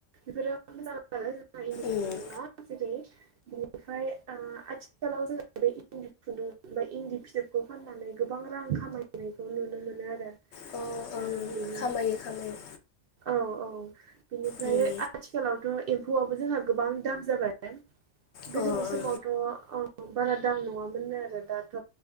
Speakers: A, on the right; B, on the left.
A: बेफोरो। मोजां आरो जोंहा इन्दि
B: उम
A: खुन्दुङा जेरै बिनिफ्राय आ आथिखालाव जोंङो बे इन्दि खुन्दुं बा इन्दि फिथोबखौ फाननानै गोबां। रां खामायनायखौ नुनो मोनो आरो। ओ
B: अ ओं
A: बिनि
B: खामायो खामायो
A: औ औ बिनिफ्राय
B: नुयो
A: आथिखालावथ'। एम्फौआबो जोंहा गोबां दाम जाबाय गोदोनि
B: अ ओं
A: समावथ' अ बारा दाम नङामोननो आरो दाथ'